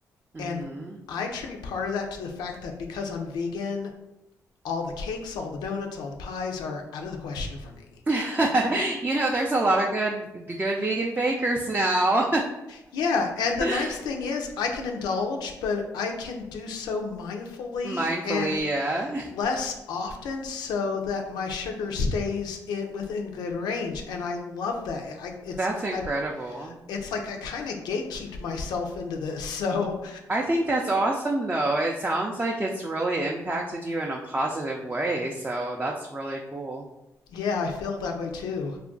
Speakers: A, on the right; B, on the left.
A: hmm
B: And I attribute part of that to the fact that because I'm vegan, all the cakes, all the donuts, all the pies are out of the question for me.
A: <laughs> You know, there's a lot of good good vegan bakers now.
B: Yeah, and the
A: <laughs>
B: nice thing is I can indulge, but I can do so mindfully
A: Mindfully,
B: and
A: yeah.
B: less often so that my sugar stays in, within good range and i love that I, it's
A: That's incredible.
B: I, it's like i kind of gatekeeped myself into this <laughs> so
A: I think that's awesome though. It sounds like it's really impacted you in a positive way, so that's really cool.
B: yeah i feel that way too